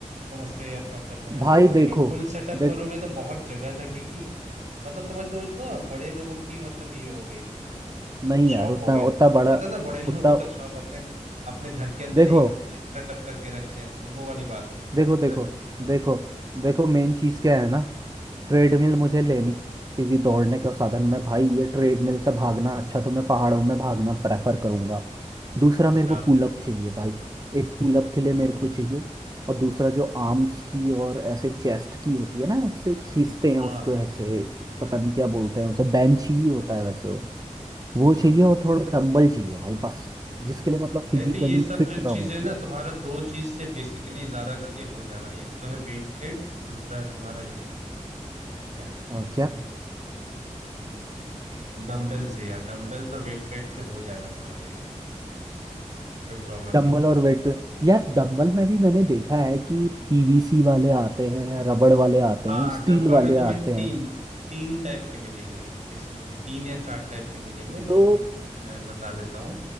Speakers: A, on the right (about 65°); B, on the right (about 30°).
A: तुम उस पे अपना कर लेना
B: भाई
A: चाहते हो देखो
B: देखो
A: फुल सेटअप
B: देख
A: करोगे तो बहुत जगह लगेगी मतलब समझ लो ना बड़े लोगों की मतलब ये हो गई मतलब
B: नहीं
A: शौक
B: यार उतना
A: हो गए
B: उतना बड़ा
A: पता है ना बड़े <laughs> लोगों
B: उतना
A: का शौक अपने अपने घर के अंदर
B: देखो
A: ही एक जिम सेटअप करके रखते हैं तो वो वाली बात हो गई
B: देखो
A: इसलिए
B: देखो
A: मैं पूछ रहा
B: देखो
A: हूँ
B: देखो मेन चीज़ क्या है ना ट्रेडमिल मुझे लेनी क्योंकि दौड़ने का साधन में भाई ये ट्रेडमिल से भागना अच्छा तो मैं पहाड़ों में भागना प्रेफर करूंगा दूसरा मेरे
A: अच्छा
B: को पुलअप चाहिए भाई एक पुलअप के
A: हम्म
B: लिए मेरे को चाहिए और दूसरा जो आर्म्स की और ऐसे चेस्ट की होती है ना ऐसे खींचते हैं
A: हाँ
B: उसको ऐसे
A: हम्म
B: पता नहीं क्या बोलते हैं उसे बेंच ही होता
A: हम्म
B: है वैसे वो
A: हम्म
B: चाहिए और थोड़ा डंबल चाहिए भाई बस जिसके लिए मतलब फिजिकली
A: नहीं तो ये सब
B: फिट
A: जो
B: रहूँ
A: चीजें ना तुम्हारा दो चीज से बेसिकली ज्यादा करके हो जाएगा एक तो है वेट प्लेट्स दूसरा है तुम्हारा ये क्या कहते
B: और
A: हैं इसे
B: क्या
A: डम्बल से यार डम्बल और वेट प्लेट से हो जाएगा तुम्हारा ये कोई प्रॉब्लम
B: डंबल
A: नहीं है
B: और वेट प्लस यार डंबल में भी मैंने देखा है कि पीवीसी वाले आते हैं रबड़ वाले आते
A: हाँ
B: हैं स्टील
A: डंबल में
B: वाले
A: तुम्हें
B: आते
A: तीन
B: हैं
A: तीन टाइप के मिलेंगे बेसिकली तीन या चार टाइप के मिलेंगे जो
B: तो
A: कि तुम्हें मैं बता देता हूँ